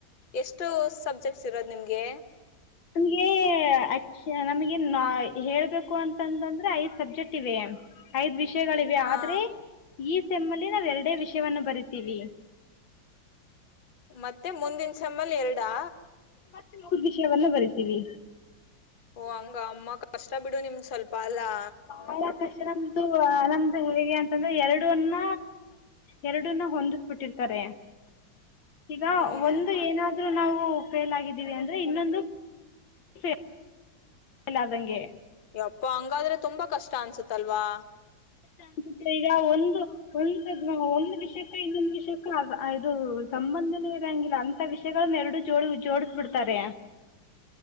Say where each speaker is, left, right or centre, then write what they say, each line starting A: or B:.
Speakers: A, on the left; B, on the left.
A: ಎಷ್ಟು ಸಬ್ಜೆಕ್ಟ್ಸ್ ಇರೋದು ನಿಮ್ಗೆ
B: ನಮಗೆ ಆಕ್ಷೆ ನಮಗೆ ನ ಹೇಳ್ಬೇಕು ಅಂತಂದಂದ್ರೆ ಐದ್ ಸಬ್ಜೆಕ್ಟ್ ಇವೆ ಐದ್ ವಿಷಯ ಗಳಿವೆ
A: ಹಾ
B: ಆದ್ರೆ ಈ ತಮ್ಮಲ್ಲಿ ನಾವ್ ಒೆ ವಿಷಯವನ್ನು ಬರಿತೀವಿ ಹ
A: ಮತ್ತೆ ಮುಂದಿನ ಚಮ್ಮಲ್ ಎರಡಾ
B: ಮತ್ತು ವಿಷಯವನ್ನು ಬರಿತೀವಿ
A: ಓ ಹಂಗ ಅಮ್ಮ ಕಷ್ಟ ಬಿಡು ನಿಮ್ ಸ್ವಲ್ಪ ಅಲ್ಲಾ
B: ಬಹಳ ಕಷ್ಟ ನಮ್ದು ಅಂದು ಹೇಗೆ ಅಂತಂದ್ರೆ ಎರಡನ್ನ ಎರಡನ್ನ ಹೊಂದಿಸ್ಬಿಟ್ಟಿರ್ತಾರೆ ಈಗ
A: ಹ್ಮ್
B: ಒಂದು ಏನಾದೂ ನಾವು ಫೇಲ್ ಆಗಿದ್ದೀವಿ ಅಂದ್ರೆ ಇನ್ನೊಂದು ಫಲ್ ಆದಂಗೆ
A: ಅಪ್ಪ ಹಂಗಾದ್ರೆ ತುಂಬಾ ಕಷ್ಟ ಅನ್ಸುತ್ತೆ ತಲ್ವಾ
B: ಅಸುತ್ತೆ ಈಗ ಒಂದು ಉಟ ಒಂದು ವಿಷಯ ಇನ್ನೊಂದು ವಿಷಯಕ್ಕ ಇದು ಸಂಬಂಧನೂ ಇರಂಗಿಲ್ಲ ಅಂತ ವಿಷಯಗಳನ್ನ ಎರಡು ಜೋ ಜೋಡಿಸ ಬಿಿಡ್ತಾರೆ